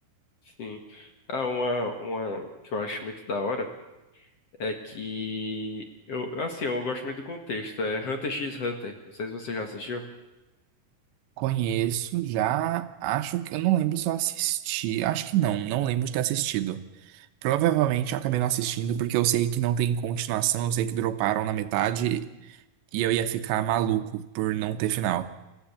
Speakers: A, on the left (about 55°); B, on the right (about 80°).
A: Sim. Ah, uma, uma que eu acho muito da hora é que eu, assim, eu gosto muito do contexto. É Hunter x Hunter. Não sei se você já assistiu.
B: Conheço já, acho que eu não lembro se eu assisti, acho que não, não lembro de ter assistido. Provavelmente eu acabei não assistindo porque eu sei que não tem continuação, eu sei que droparam na metade e eu ia ficar maluco por não ter final.